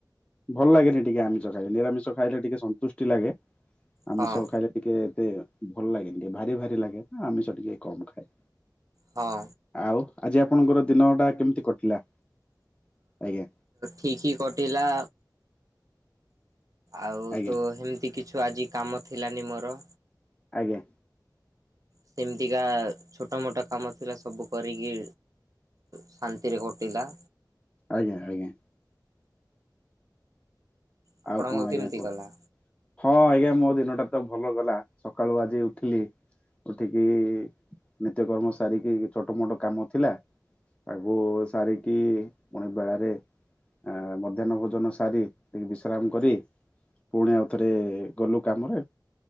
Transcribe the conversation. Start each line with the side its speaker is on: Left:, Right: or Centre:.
Left: ଭଲ ଲାଗେନି ଟିକେ ଆମିଷ ଖାଇଲେ ନିରାମିଷ ଖାଇଲେ ଟିକେ ସନ୍ତୁଷ୍ଟି ଲାଗେ। ଆମିଷ
Right: ହଁ
Left: ଖାଇଲେ ଟିକେ ଏତେ ଭଲ ଲାଗେନି ଟିକେ ଭାରି ଭାରି ଲାଗେ ଆମିଷ ଟିକେ କମ ଖାଏ।
Right: ହଉ।
Left: ଆଉ ଆଜି ଆପଣଙ୍କର ଦିନ ଟା କେମିତି କଟିଲା? ଆଜ୍ଞା
Right: ଠିକି କଟିଲା। ଆଉ
Left: ଆଜ୍ଞା
Right: ତ ହେମିତି କିଛୁ ଆଜି କାମ ଥିଲାନି ମୋର।
Left: ଆଜ୍ଞା।
Right: ସେମିତିକା ଛୋଟ ମୋଟ କାମ ଥିଲା ସବୁ କରିଗି। ଶାନ୍ତିରେ କଟିଲା।
Left: ଆଜ୍ଞା ଆଜ୍ଞା।
Right: ଆପଣଙ୍କ
Left: ଆଉ କଣ ଆଜ୍ଞା
Right: କେମିତି
Left: କହ।
Right: ଗଲା?
Left: ହଁ ଆଜ୍ଞା ମୋ ଦିନଟା ତ ଭଲ ଗଲା ସକାଳୁ ଆଜି ଉଠିଲି। ଉଠିକି ନିତ୍ୟ କର୍ମ ସାରିକି ଛୋଟ ମୋଟ କାମ ଥିଲା। ତାକୁ ସାରିକି ପୁଣି ବେଳାରେ ଆ ମଧ୍ୟାହନ ଭୋଜନ ସାରି। ଟିକେ ବିଶ୍ରାମ କରି ପୁଣି ଆଉଥରେ ଗଲୁ କାମରେ।